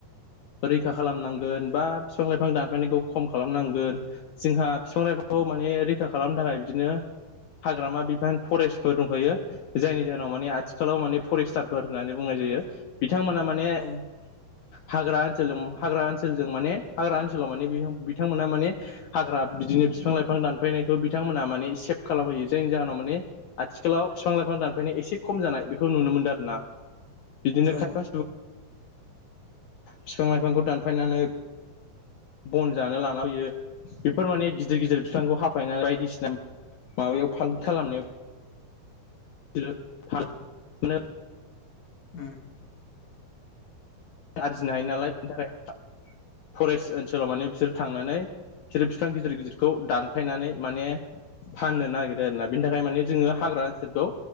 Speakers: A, on the left; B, on the left.
A: रैखा खालामनांगोन बा बिफां लाइफां दानफायनायखौ खम खालामनांगोन जोंहा बिफां लाायफांखौ माने रैखा खालामनो थाखाय बिदिनो हाग्रामा बिफान फरेस्टफोर दंखायो जायनि जाहोनाव माने आथिखालाव माने फरेस्टारफोर होननानै बुंनाय जायो बिथांमोना माने
B: औ
A: हाग्रा ओनसोलजों हाग्रा ओनसोलजों माने हाग्रा ओनसोलाव माने बिथांमोना माने हाग्रा बिदिनो बिफां लाइफां दानफायनायखौ बिथांमोना माने सेभ खालामहैयो जायनि जाहोनाव माने आथिखालाव बिफां लाइफां दानफायनाय एसे खम जानाय बेखौ नुनो मोन्दों आर ना बिदिनो
B: औ
A: खायफा बिफां लाइफांखौ दानफायनानै बन जानो लाना फैयो बेफोर माने गिदिर गिदिर बिफांखौ हाफायनानै बायदिसिना माबायाव फां खालामनायाव <unintelligible>
B: ओम
A: आरजिनो हायो नालाय बेनि थाखाय फरेस्ट ओनसोलाव माने बिसोर थांनानै बिसोर बिफां गिदिर गिदिरखौ दानफायनानै माने फाननो नागिरो आरोना बिनि थाखाय माने जोङो हाग्रा ओनसोलखौ